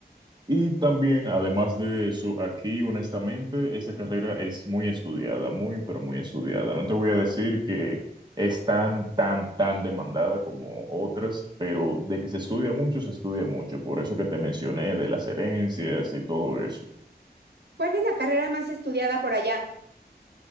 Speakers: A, on the right (about 25°); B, on the right (about 70°).
A: Y también, además de eso, aquí honestamente, esa carrera es muy estudiada, muy, pero muy estudiada. No te voy a decir que es tan, tan, tan demandada como otras, pero de que se estudia mucho, se estudia mucho. Por eso que te mencioné de las herencias y todo eso.
B: ¿Cuál es la carrera más estudiada por allá?